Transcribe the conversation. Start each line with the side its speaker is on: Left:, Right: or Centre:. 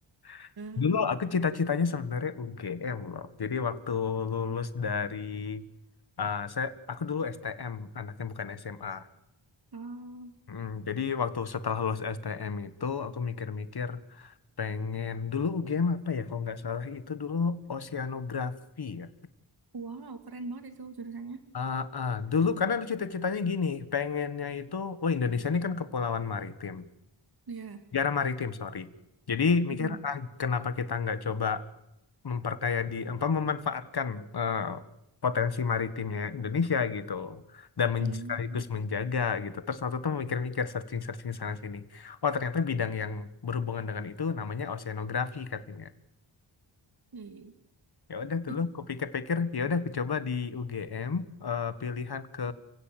Left: <laughs>
Right: Eh,
Left: Dulu aku cita-citanya sebenarnya UGM loh. Jadi waktu lulus dari uh, saya aku dulu STM, anaknya bukan SMA.
Right: oh,
Left: Mm, jadi waktu setelah lulus STM itu aku mikir-mikir pengen dulu UGM apa ya kalau nggak salah itu dulu oceanografi ya.
Right: wow, keren banget itu jurusannya.
Left: Ah, ah. Dulu karena lu cita-citanya gini, pengennya itu, oh Indonesia ini kan kepulauan maritim,
Right: Iya,
Left: negara maritim sorry. Jadi mikir
Right: mm
Left: ah kenapa kita nggak coba memperkaya di, apa memanfaatkan eh, potensi maritimnya Indonesia gitu, dan men-
Right: Hmm.
Left: sekaligus menjaga gitu. Terus waktu itu mikir-mikir searching-searching sana sini, oh ternyata bidang yang berhubungan dengan itu namanya oceanografi katanya.
Right: Ih.
Left: Ya udah dulu
Right: Ih,
Left: aku pikir-pikir, ya udah aku coba di UGM eh, pilihan ke